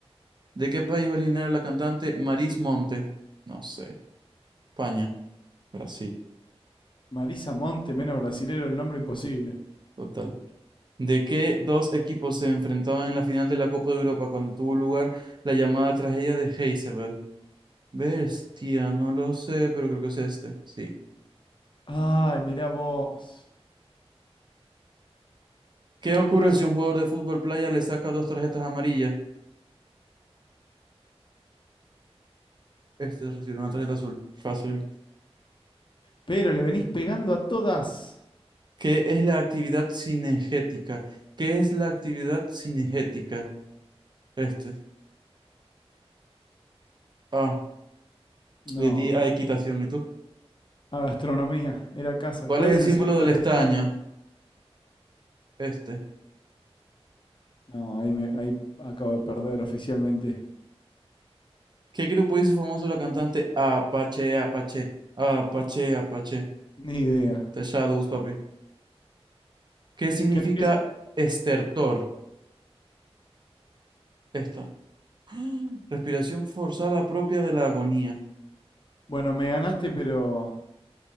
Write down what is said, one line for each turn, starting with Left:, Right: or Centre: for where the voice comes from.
Right: ¿De qué país es originaria la cantante Maris Monte? No sé. España, Brasil,
Left: Marisa Monte, menos brasilero, el nombre imposible.
Right: total. ¿De qué dos equipos se enfrentaban en la final de la Copa de Europa cuando tuvo lugar la llamada tragedia de Heysel? Bestia, no lo sé, pero creo que es este. Sí.
Left: Ay, mirá vos.
Right: ¿Qué
Left: ¿Qué
Right: ocurre
Left: ocurre si
Right: si un
Left: un...
Right: jugador de fútbol playa le saca dos tarjetas amarillas? Este recibe una tarjeta azul. Fácil.
Left: Pero le venís pegando a todas.
Right: ¿Qué es la actividad cinegética? ¿Qué es la actividad cinegética? Este. Ah,
Left: No.
Right: le di a equitación. ¿Y tú?
Left: A gastronomía, era casa.
Right: ¿Cuál
Left: ¿Cuál
Right: es
Left: es
Right: el
Left: el
Right: símbolo
Left: símbolo
Right: del
Left: del
Right: estaño?
Left: estaño?
Right: Este.
Left: No, ahí, me, ahí acabo de perder oficialmente.
Right: ¿Qué grupo hizo famoso la cantante Apache, Apache, Apache, Apache?
Left: Ni idea.
Right: The Shadows, papi. ¿Qué significa
Left: ¿Qué- qué es?
Right: estertor? Esta. <gasps> Respiración forzada propia de la agonía.
Left: Bueno, me ganaste, pero,